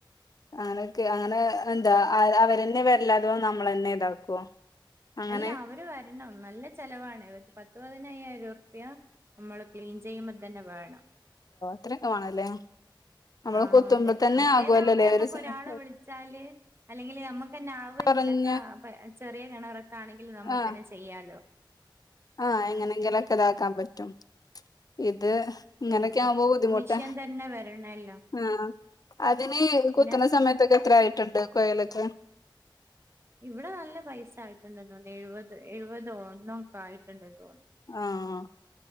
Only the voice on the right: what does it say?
അല്ല അവര് വരണം നല്ല ചെലവാണ് ഇത് പത്തു പതിനയ്യായിരം റുപ്യ നമ്മള് ക്ലീൻ ചെയ്യുമ്പോൾ തന്നെ വേണം
ആഹ്
അതെ
മറ്റേതാകുമ്പോൾ
നമ്മക്ക്
ഒരാളെ വിളിച്ചാല് അല്ലെങ്കില് നമ്മുക്ക് തന്നെ ആവുങ്കിൽ
ക്കെ ചെറിയ കിണറൊക്കെ ആണെങ്കിൽ നമുക്ക്ന്നെ
ചെയ്യാലോ
ഇതാ
മിഷ്യൻ തന്നെ വരണല്ലോ
പിന്നെ
ഇവിടെ നല്ല പൈസ ആയിട്ടുണ്ടോന്ന് എഴുപത് എഴുപതോ ഒന്നോ കായിട്ടുണ്ടന്ന് തോന്നുന്നു